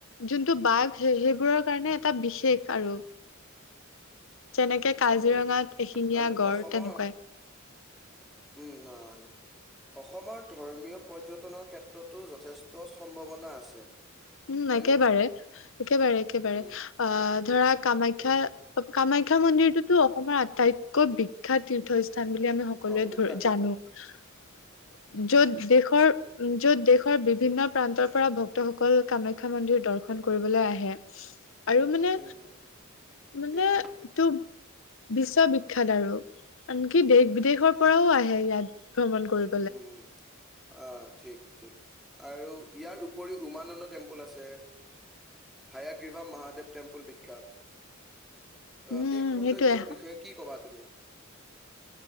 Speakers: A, on the left; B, in the centre.
A: যোনটো বাঘ সেই সেইবোৰৰ কাৰণে এটা বিশেষ আৰু। যেনেকে কাজিৰঙাত
B: উম।
A: এশিঙীয়া
B: আৰু
A: গঁড়
B: অসমৰ
A: তেনেকুৱাই।
B: উম ন <unintelligible> অসমৰ ধৰ্মীয় পৰ্যটনৰ ক্ষেত্ৰতো যথেষ্ট সম্ভাৱনা আছে।
A: উম,
B: হয়নে
A: একেবাৰে, একেবাৰে-একেবাৰে
B: উম,
A: আহ ধৰা কামাখ্যা অ, কামাখ্যা মন্দিৰটোতো অসমৰ আটাইতকৈ বিখ্যাত তীৰ্থস্থান বুলি আমি সকলোৱে
B: অঁ
A: সকলোৱে
B: বিখ্যাত
A: ধৰ
B: বিখ্যাত
A: জানো। উম। য'ত দেশৰ উম, য'ত দেশৰ বিভিন্ন প্ৰান্তৰ পৰা ভক্তসকল কামাখ্যা মন্দিৰ দৰ্শন কৰিবলৈ আহে আৰু মানে,
B: উম, উম,
A: মানে
B: ঠিক
A: ইতুব বিশ্ববিখ্যাত আৰু, আনকি দেশ-বিদেশৰ পৰাও আহে ইয়াত ভ্ৰমণ কৰি
B: উম আঁ ঠিক, ঠিক। আৰু ইয়াৰ উপৰি উমানন্দ টেম্পুল আছে হায়াগ্ৰীবা মহাদেৱ টেম্পুল বিখ্যাত। অ,
A: উম
B: অতিক সৌন্দৰ্যৰ
A: সেইটোয়ে
B: বিষয়ে কি কবা তুমি?